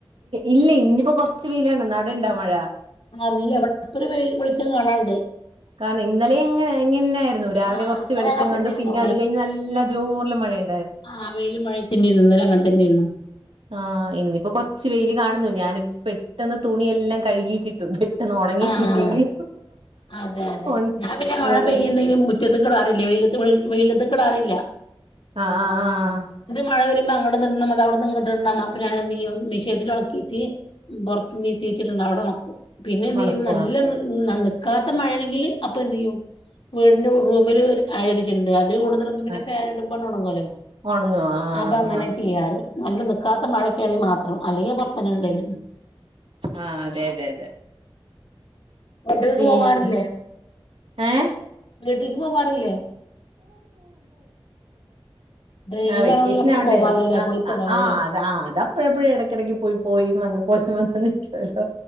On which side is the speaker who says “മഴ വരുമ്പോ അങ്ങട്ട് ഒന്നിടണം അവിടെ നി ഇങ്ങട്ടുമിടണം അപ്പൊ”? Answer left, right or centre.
Left